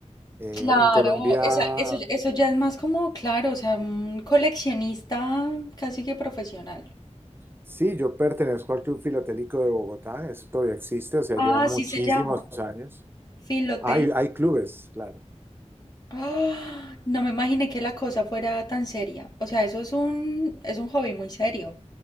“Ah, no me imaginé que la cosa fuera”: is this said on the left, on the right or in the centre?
Left